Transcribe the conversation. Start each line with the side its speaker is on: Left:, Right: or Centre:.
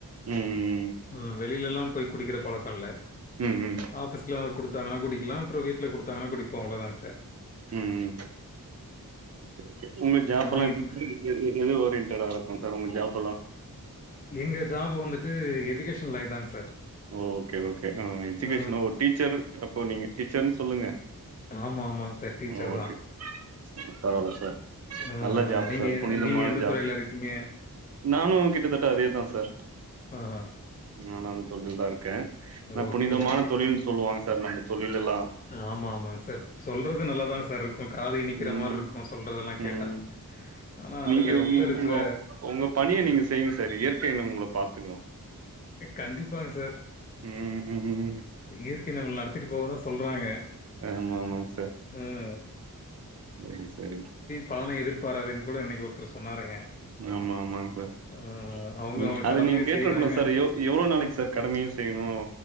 Right: ம்
Left: ம் வெளியிலல்லா போய் குடிக்கிற பழக்க இல்ல
Right: ம் ம்
Left: ஆபிஸ்ல குடுத்தாங்கன்னா குடிக்கலா அப்றொ வீட்ல குடுத்தாங்கன்னா குடிப்போ அவ்வளோதங் சார்
Right: ம் ஓகே ஓகே உங்க ஜாப்லா
Left: ஆனா
Right: எப்படி
Left: இப்
Right: எ எது ஓரியன்டடா இருக்கு சார் உங்க ஜாப்லா
Left: எங்க ஜாப் வந்துட்டு எஜுகேஷன் லைன்தாங்க சார்.
Right: ஓகே ஓகே ம் எஜுகேஷனா
Left: ஆ
Right: ஒரு டீச்சர் அப்போ நீங்க டீச்சர்ன்னு சொல்லுங்க.
Left: ஆமா ஆமாங் சார் டீச்சர்
Right: ம் ஓகே
Left: தா
Right: பரவால்ல சார்
Left: ஆ
Right: நல்ல ஜாப்
Left: நீங்க
Right: சார்
Left: என்
Right: புனிதமான
Left: நீங்க எந்த
Right: ஜாப்
Left: துறையில இருக்கீங்க
Right: நானு கிட்டத்தட்ட அதேதா சார்
Left: ஆஹா.
Right: நானு அந்த தொழில தா இருக்கே கே ஆனா
Left: ஓகே,
Right: புனிதமான
Left: ஓகே.
Right: தொழில்னு சொல்லுவாங்க சார் நம்ம தொழிலெல்லா
Left: ஆமா ஆமாங்க சார் சொல்றது நல்லாதா சார் இருக்கு காது இனிக்கிற
Right: ம்
Left: மாதிரி இருக்கு சொல்றதெல்லா கேட்டா.
Right: ம்
Left: ஆனா அதுல
Right: நீங்க உங்
Left: உள்ள இருக்கற
Right: உங்க உங்க பணிய நீங்க செய்யுங்க சார் இயற்கைன்னு உங்கள பாத்துக்கு
Left: கண்டிப்பாங்க சார்
Right: ம் ம் ம்
Left: இயற்கை நம்ம நடத்திட்டு போக தா சொல்றாங்க
Right: ஆமாமாங்க சார்
Left: ம்.
Right: செரி செரி
Left: பலன எதிர்பாராதிங்ன்னு கூட இன்னைக்கு ஒருத்தர் சொன்னாருங்க
Right: ஆமா ஆமாங் சார்
Left: அ அவங்க,
Right: நீங்
Left: அவங்க
Right: அது
Left: கடமைய
Right: நீங்க கேட்டிருக்கணு
Left: செய்றாங்க.
Right: சார் யோ எவ்ளோ நாளைக்கு
Left: அ,
Right: சார் கடமையையு செய்யணு